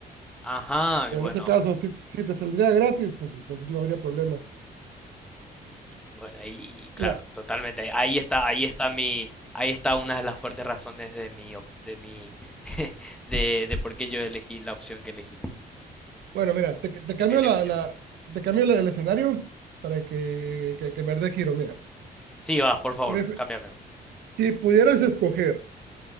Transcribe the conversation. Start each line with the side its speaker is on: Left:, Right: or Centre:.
Centre: Ajá,
Right: Pero
Centre: y bueno,
Right: en este caso, si, si te saldría gratis, pues entonces no habría problema.
Centre: y bueno, y, y claro,
Right: Mira,
Centre: totalmente. Ahí está, ahí está mi, ahí está una de las fuertes razones de mi, op- de mi, <laughs> de, de por qué yo elegí la opción que elegí.
Right: bueno, mira, te, te
Centre: de
Right: cambio
Centre: mi elección.
Right: la, la- te cambio la- el escenario para que, que, que me dé giro, mira.
Centre: Sí, va, por favor,
Right: Pref-
Centre: cámbiamelo.
Right: si pudieras escoger